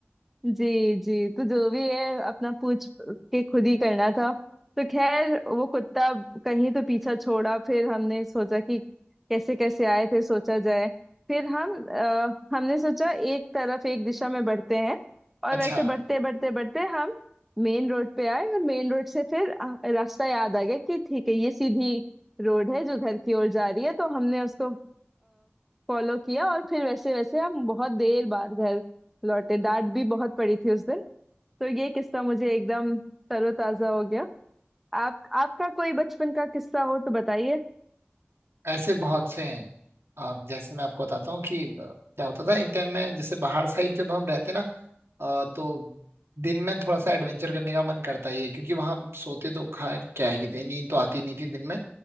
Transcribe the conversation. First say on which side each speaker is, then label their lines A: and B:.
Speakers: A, in the centre; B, on the right.
A: जी जी तो जो भी है अपना पूछ के खुद ही करना था तो खैर वो कुत्ता कहीं तो पीछा छोड़ा फिर हमने सोचा कि कैसे कैसे आए थे सोचा जाए फिर हम अ, हमने सोचा एक तरफ एक दिशा में बढ़ते हैं और
B: अच्छा
A: वैसे बढ़ते बढ़ते बढ़ते हम मेन रोड पे आए और मेन रोड से फिर अ, रास्ता याद आ गया कि ठीक है ये सीधी रोड है जो घर की ओर जा रही है तो हमने उसको फॉलो किया और फिर वैसे वैसे हम बहुत देर बाद घर लौटे डांट भी बहुत पड़ी थी उस दिन तो ये किस्सा मुझे एकदम तरोताजा हो गया आप आपका कोई बचपन का किस्सा हो तो बताइए
B: ऐसे बहुत से हैं आप जैसे मैं आपको बताता हूँ कि अ, क्या होता था एक टाइम में जैसे पहाड़ साइड जब हम रहते ना अ, तो दिन में थोड़ा सा एडवेंचर करने का मन करता ही है क्योंकि वहां सोते तो खैर क्या ही थे नींद तो आती नहीं थी दिन में